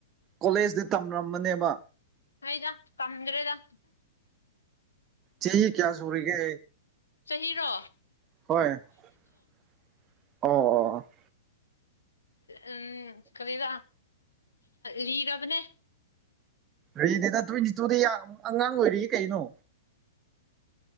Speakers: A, on the right; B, on the left.
A: ꯀꯣꯂꯦꯖꯗꯤ ꯇꯝꯔꯝꯃꯅꯦꯕ
B: ꯑꯩꯗꯥ ꯇꯝꯗ꯭ꯔꯦꯗ
A: ꯆꯍꯤ ꯀꯌꯥ ꯁꯨꯔꯤꯒꯦ
B: ꯆꯥꯍꯤꯔꯣ
A: ꯍꯣꯏ ꯑꯣ ꯑꯣ
B: ꯎꯝ ꯀꯔꯤꯔ ꯂꯤꯔꯕꯅꯦ
A: ꯔꯤꯗꯦꯗꯥ ꯇ꯭ꯋꯦꯟꯇꯤ ꯇꯨꯗꯤ ꯌꯥꯝ ꯑꯉꯥꯡ ꯑꯣꯏꯔꯤꯌꯦ ꯀꯩꯅꯣ